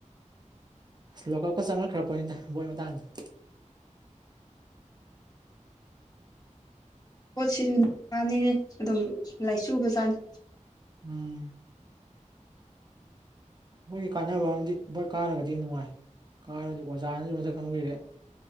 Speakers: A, on the right (about 35°); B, on the left (about 30°).
A: ꯑꯁ ꯂꯣꯀꯞꯀ ꯆꯪꯉꯛꯈ꯭ꯔꯄ‌ꯣꯠꯅꯤꯗ ꯕꯣꯠ ꯃꯇꯥꯡꯗ
B: ꯕ‌ꯣꯠꯁꯤꯁꯨ ꯅꯤꯅꯦ ꯑꯗꯨꯝ ꯂꯥꯏꯆꯨꯕꯖꯥꯠꯅꯤ
A: ꯎꯝ ꯃꯣꯏꯒꯤ ꯀꯥꯟꯅꯕ ꯑꯃꯗꯤ ꯕ‌ꯣꯠ ꯀꯥꯔꯒꯗꯤ ꯅꯨꯡꯉꯥꯏ ꯀꯥꯔꯗꯤ ꯑꯣꯖꯥꯅꯁꯨ ꯃꯁꯛ ꯈꯪꯕꯤꯔꯦ